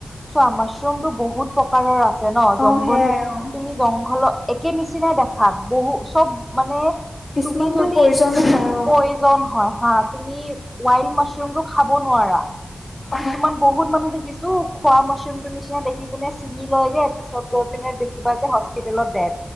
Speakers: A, in the centre; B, on the left.
A: চোৱা মাছৰুমতটো বহুত প্ৰকাৰৰ আছে ন জংঘলী
B: অ সেয়াই অ
A: তুমি জংঘলত একে নিচিনাই দেখাত বহু চব মানে
B: কিছুমানতো
A: তুমি যদি
B: প্ৰয়োজনো
A: প্ৰয়োজন
B: হয় অ
A: হয় হাত। তুমি ৱাইল্ড মাছৰুম টো খাব নোৱাৰা।
B: অ
A: কিছুমান বহুত মানুহ থ কিছু খোৱা মছৰুমটো নিচিনা দেখি পিনে চিঙি লৈগে পিছত গৈ পিনে দেখিবা যে হস্পিতেলত দে